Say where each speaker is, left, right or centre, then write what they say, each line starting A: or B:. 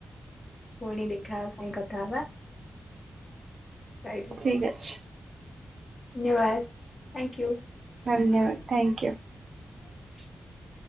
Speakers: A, on the left; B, on the right.
A: ପୁଣି ଦେଖା ପାଇଁ କଥା ହବା। <unintelligible>
B: ଠିକ୍ ଅଛି।
A: ନ୍ୟବାଦ ଥାଇଙ୍କ୍ୟୁ।
B: ଧନ୍ୟବାଦ ଥାଇଙ୍କ୍ୟୁ।
A: ହ